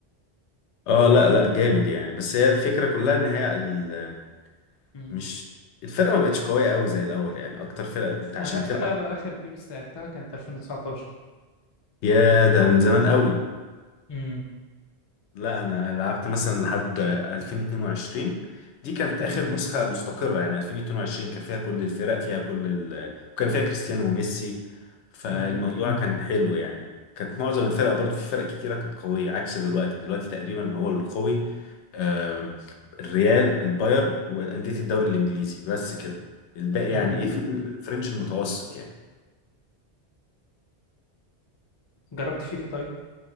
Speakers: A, on the left; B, on the left.
A: اه لا لا جامد يعني بس هي الفكره كلها ان هي ال-
B: مم.
A: مش الفرقه ما بقتش قويه قوي زي الاول يعني اكتر فرقه انت عشان
B: أنا آخر
A: تلعب
B: لعبة آخر بيس لعبتها كانت 2019
A: يا ده من زمان قوي
B: مم.
A: لا انا لعبت مثلا لحد 2022 دي كانت
B: مم.
A: اخر نسخه مستقره يعني 2022 كان فيها كل الفرق فيها كل ال... وكان فيها كريستيانو وميسي فالموضوع
B: مم.
A: مم. كان حلو يعني كانت معظم الفرق برضو في فرق كتيره كانت قويه عكس دلوقتي دلوقتي تقريبا هو اللي قوي آه، الريال البايرن وانديه الدوري الانجليزي بس كده الباقي يعني
B: مم.
A: ايه في الفرنج المتوسط يعني
B: جربت فيفا طيب